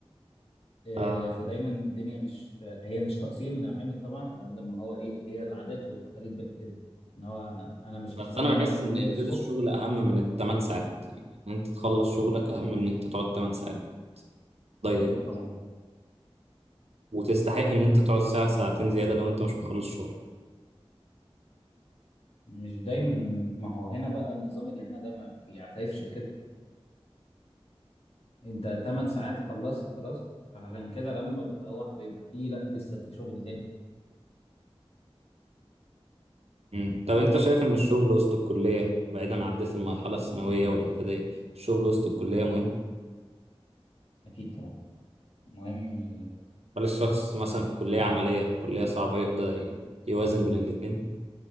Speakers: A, on the left; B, on the right.
A: إيه
B: آه
A: فدايما الدنيا مش هي مش تقصير من العامل طبعا على قد ما هو ايه هي العادات والتقاليد بقت كده ان هو انا مش
B: بس
A: هشتغل
B: أنا
A: 100%
B: بحس إن إنجاز
A: الصبح
B: الشغل أهم من الثمان ساعات إن أنت تخلص شغلك أهم من إن أنت تقعد 8 ساعات ضيق
A: اكيد طبعا
B: وتستحق إن أنت تقعد ساعة ساعتين زيادة لو أنت مش مخلص شغل
A: مش دايما ما هو هنا بقى النظام اللي هنا ده ما بيعترفش بكده انت 8 ساعات خلصت خلاص فعشان كده لما بتروح بيبقى فيه لا لسه في شغل تاني
B: مم. طب انت شايف ان الشغل وسط الكلية بعيدا عن عدت المرحلة الثانوية والاعدادية الشغل وسط الكلية مهم
A: أكيد طبعا المهم آه،
B: هل الشخص مثلا في كلية عملية كلية صعبة يقدر ي- يوازن بين الاتنين